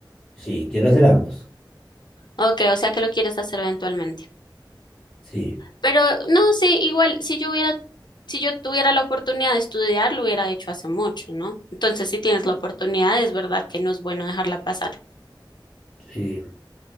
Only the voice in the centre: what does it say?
Sí, quiero hacer ambos.
Sí,
sí.